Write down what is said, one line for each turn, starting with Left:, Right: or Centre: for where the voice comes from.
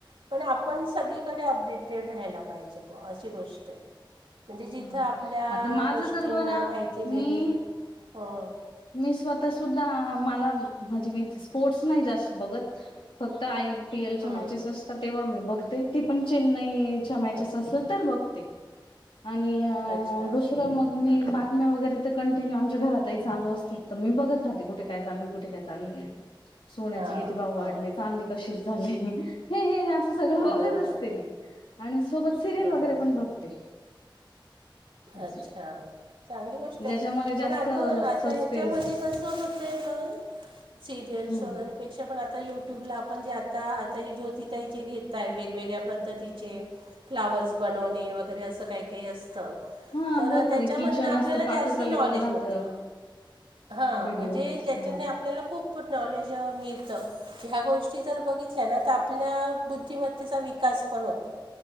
Right: पण आपण सगळीकडे अपडेटेड राहायला पाहिजे, बुवा अशी गोष्ट आहे. म्हणजे जिथं
Left: ह
Right: आपल्या,
Left: आता माझं
Right: गोष्टींना
Left: तर बघा
Right: माहिती मिळते.
Left: मी
Right: अं...
Left: मी स्वतः सुद्धा मला म्हणजे मी स्पोर्ट्स नाही जास्त बघत, फक्त आयपी एलच्या
Right: हम्म
Left: मॅचेस असतात तेव्हा. मी बघते ती पण, चेन्नईच्या मॅचेस
Right: अच्छा
Left: असल तर बघते. आणि
Right: अच्छा
Left: दुसरं मग मी बातम्या वगैरे, ते कंटिन्यू आमच्या घरातच. चालू असतात तर मी बघत राहते कुठे काय चालू कुठे हेच चालू ये सोन्याचे
Right: हां
Left: किती भाव
Right: हां
Left: वाढले. चांदी कशी झाली, हे हे असंच. सगळ बघत
Right: बरोबर
Left: असते
Right: आहे
Left: मी, आणि सोबत सिरियल
Right: बरोबर
Left: वगैरे पण बघते.
Right: आहे
Left: असं
Right: अच्छा, चांगली गोष्ट
Left: ज्याच्यामध्ये
Right: आहे,
Left: जास्त
Right: पण आता.
Left: सस्पेन्स
Right: ताय हेच्यामध्येकसं होतय बघ ना सिरियल्स
Left: हम्म
Right: वगैरे ते पेक्षा आता युट्यूबला आपण ज्याता ज्योति ताई चे घेतताय वेगवेगळ्या प्र तर तिचे फ्लावर्स बनवणे वगैरे, असं काही काही असतं.
Left: हा
Right: तर
Left: बरोबर
Right: त्याच्यामधनं
Left: आहे किचन
Right: आपल्याला
Left: असतं पाककलेवर
Right: जास्त नॉलेज
Left: राहतं
Right: मिळतं. हा
Left: व्हिडिओज
Right: म्हणजे ज्याच्याने
Left: हा.
Right: आपल्याला खूप नॉलेज मिळतं. ह्या गोष्टी जर बघितल्या ना तर, आपल्या बुद्धिमत्तेचा विकास पण होतो.